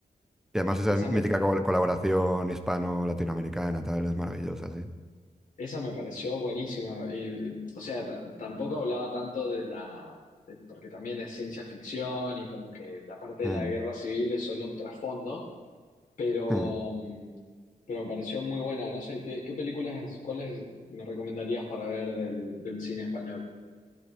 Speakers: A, in the centre; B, on the left (about 70°).
A: Y además esa
B: Esa
A: mítica
B: me,
A: col- colaboración hispano-latinoamericana, tal, es maravillosa, sí.
B: esa me pareció buenísima. Y, y, o sea, ta- tampoco hablaba tanto de la, de- porque también es ciencia ficción y como que la parte de
A: Mm,
B: la guerra civil es solo un trasfondo, pero,
A: mm.
B: mm, pero me pareció muy buena. No sé, ¿qué, qué películas, cuáles me recomendarías para ver del, del cine español?